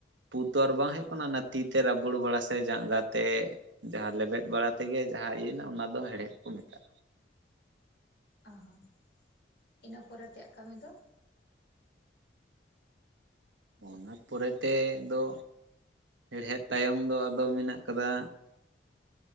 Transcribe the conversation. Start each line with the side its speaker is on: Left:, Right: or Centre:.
Right: ᱯᱩ ᱛᱚ ᱟᱨ ᱵᱟᱝ ᱦᱩᱭᱩᱜ ᱠᱟᱱᱟ ᱚᱱᱟ ᱛᱤ ᱛᱮ ᱨᱟᱹᱵᱩᱚᱲ ᱵᱟᱲᱟ ᱥᱮ ᱡᱟᱸᱜᱟ ᱛᱮ ᱡᱟᱦᱟᱸ ᱞᱮᱵᱮᱫ ᱵᱟᱲᱟ ᱛᱮᱜᱮ ᱡᱟᱦᱟᱸ ᱤᱭᱟᱹᱭᱱᱟ ᱚᱱᱟ ᱫᱚ ᱦᱮᱲᱦᱮᱫ ᱠᱚ ᱢᱮᱛᱟᱜᱼᱟ
Left: ᱚ ᱦᱚᱸ ᱤᱱᱟᱹ ᱯᱚᱨᱮ ᱛᱮᱭᱟᱜ ᱠᱟᱹᱢᱤ ᱫᱚ
Right: ᱚᱱᱟ ᱯᱚᱨᱮ ᱛᱮ ᱫᱚ ᱦᱮᱲᱦᱮᱫ ᱛᱟᱭᱚᱢ ᱫᱚ ᱟᱫᱚ ᱢᱮᱱᱟᱜ ᱟᱠᱟᱫᱟ,